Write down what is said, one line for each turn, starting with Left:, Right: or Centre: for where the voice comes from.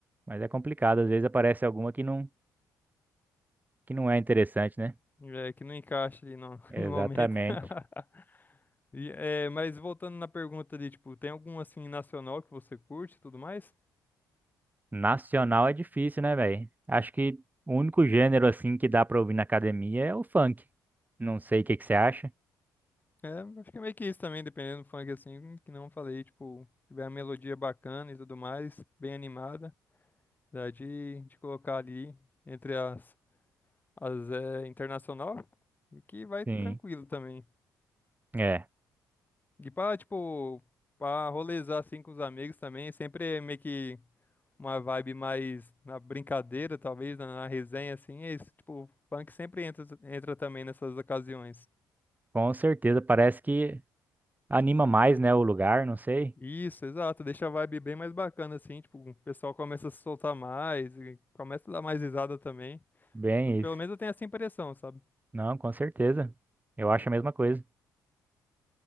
Right: Mas é complicado, às vezes aparece alguma que não, que não é interessante, né?
Left: É, que não encaixa ali no, <laughs>
Right: Exatamente.
Left: no momento. <laughs> E, é, mas voltando na pergunta ali, tipo, tem algum assim nacional que você curte e tudo mais?
Right: Nacional é difícil, né, velho? Acho que o único gênero assim que dá pra ouvir na academia é o funk. Não sei o que que você acha.
Left: É, acho que é meio que isso também, dependendo do funk assim, que não falei, tipo, tiver uma melodia bacana e tudo mais, bem animada, dá de, de colocar ali entre as, as é, internacional e que vai
Right: Sim.
Left: tranquilo também.
Right: É,
Left: E pra, tipo, pra rolezar assim com os amigos também, sempre é meio que. uma vibe mais na brincadeira, talvez, na, na resenha, assim, é isso. Tipo, o funk sempre entra, entra também nessas ocasiões.
Right: com certeza. Parece que anima mais, né, o lugar, não sei.
Left: Isso, exato, deixa a vibe bem mais bacana, assim, tipo, o pessoal começa a se soltar mais, e começa a dar mais risada também.
Right: Bem
Left: Eu- Pelo
Right: isso.
Left: menos eu tenho essa impressão, sabe?
Right: Não, com certeza. Eu acho a mesma coisa.